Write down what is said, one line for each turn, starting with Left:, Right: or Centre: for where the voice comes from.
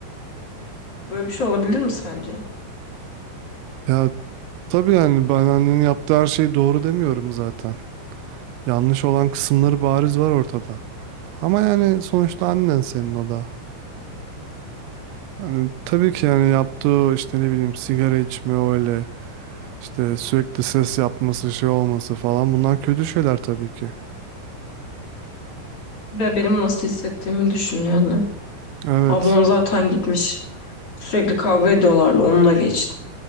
Left: Böyle bir şey olabilir mi sence?
Right: Ya tabii yani ben annenin yaptığı her şey doğru demiyorum zaten. Yanlış olan kısımları bariz var ortada. Ama yani sonuçta annen senin o da. Yani tabii ki yani yaptığı işte ne bileyim sigara içme öyle işte sürekli ses yapması şey olması falan bunlar kötü şeyler tabii ki.
Left: Bir benim nasıl hissettiğimi düşün yani.
Right: Evet.
Left: Ablam zaten gitmiş. Sürekli kavga ediyorlardı. Onunla geçti.